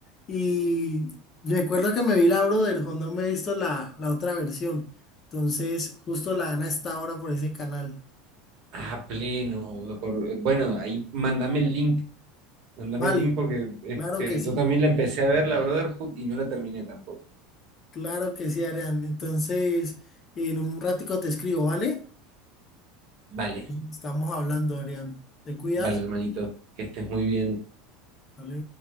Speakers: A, on the left; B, on the right.
A: y recuerdo que me vi la Brotherhood, no me he visto la, la otra versión. Entonces, justo la dan a esta hora por ese canal.
B: a pleno. por- bueno, ahí mándame el link Mándame
A: Vale,
B: el link porque este,
A: claro que sí,
B: yo también la empecé a ver, la Brotherhood, y no la terminé tampoco.
A: claro que sí, Arián. Entonces, en un ratico te escribo, ¿vale?
B: Vale,
A: Estamos hablando, Arián. ¿Te cuidas?
B: vale, hermanito, que estés muy bien.
A: Vale.